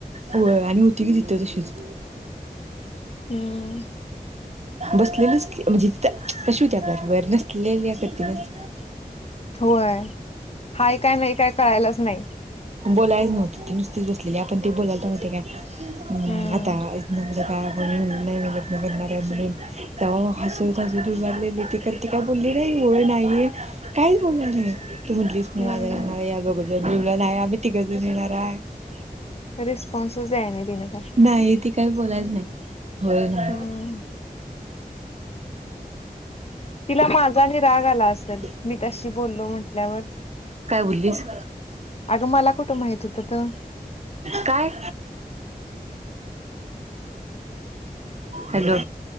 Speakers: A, on the right; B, on the left.
A: व्हय आणि हुती की तिथं तशीच.
B: हम्म.
A: बसलेलंच की म्हणजे त्या कशी होती आपल्या बरोबर <unintelligible> <inaudible>
B: होय हाय काय नाही काय कळायलाच नाही?
A: बोलायच नव्हती ती नुसतीच बसलेली आपण ते बोलावतो माहीत हाय काय हं
B: हम्म
A: आता म्हणजे काय म्हणून नाही मी लग्न करणार आहे म्हणून जावा हसत हसत उभारलेली की खरं ती काय बोलली नाहीं. हो नाही ये काहीच बोलली नाही तू म्हटलीस <unintelligible>
B: हम्म
A: <unintelligible>
B: रिस्पॉन्संच द्याय नाही तिनं काय.
A: नाही ती काही बोलायच नाही होय ना
B: हम्म तिला माझा आणि राग आला असेल
A: <unintelligible>
B: मी तशी बोललो म्हटल्यावर
A: काय बोललीस
B: अगं मला कुठं माहित होत त
A: काय? हॅलो.